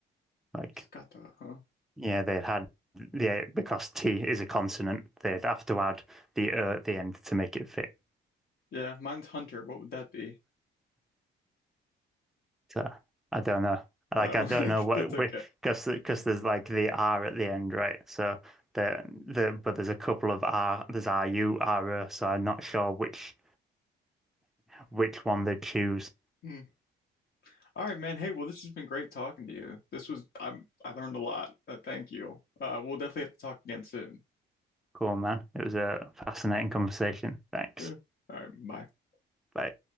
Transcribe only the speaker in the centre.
Like
yeah, they'd had the because T is a consonant, they'd have to add the er at the end to make it fit.
So I don't know. Like
I don't
know what
because because there's like the R at the end, right? So the the but there's a couple of R there's R U R O. so I'm not sure which which one they choose.
Cool, man. It was a fascinating conversation. Thanks.
Bye.